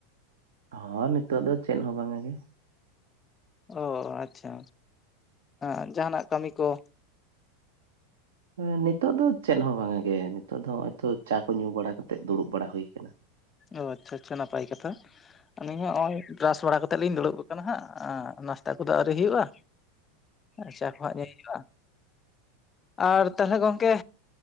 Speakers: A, on the right (about 70°); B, on the left (about 25°).
A: ᱦᱚ ᱱᱤᱛᱚᱜ ᱫᱚ ᱪᱮᱫ ᱦᱚᱸ ᱵᱟᱝᱜᱮ
B: ᱚ ᱟᱪᱪᱷᱟ ᱮᱸᱡᱟᱦᱟᱱᱟᱜ ᱠᱟᱹᱢᱤ ᱠᱚ
A: ᱦᱮᱸ ᱱᱤᱛᱚᱜ ᱫᱚ ᱪᱮᱫ ᱦᱚᱸ ᱵᱟᱸᱜᱟ ᱜᱮ ᱱᱤᱛᱚᱜ ᱫᱚ ᱱᱚᱭᱚᱭ ᱛᱟ ᱪᱟ ᱠᱚ ᱧᱩ ᱵᱟᱲᱟ ᱠᱟᱛᱮᱜ ᱫᱩᱲᱩᱵ ᱵᱟᱲᱟ ᱦᱩᱭ ᱠᱟᱱᱟ <unintelligible>
B: ᱚ ᱟᱪᱪᱷᱟ ᱟᱪᱪᱷᱟ ᱱᱟᱯᱟᱭ ᱠᱟᱛᱷᱟ ᱟᱹᱞᱤᱧ ᱦᱚᱸ ᱱᱚᱜ ᱚᱭ ᱵᱨᱟᱥ ᱵᱟᱲᱟ ᱠᱟᱛᱮᱜ ᱞᱤᱧ ᱫᱩᱲᱩᱵ ᱠᱟᱱᱟ ᱦᱟᱸᱜ ᱱᱟᱥᱛᱟ ᱠᱚᱫᱚ ᱟᱹᱣᱨᱤ ᱦᱩᱭᱩᱜᱼᱟ ᱟᱨ ᱪᱟ ᱠᱚ ᱦᱟᱜ ᱧᱩᱭ ᱦᱩᱭᱩᱜᱼᱟ ᱟᱨ ᱛᱟᱦᱚᱞᱮ ᱜᱚᱝᱠᱮ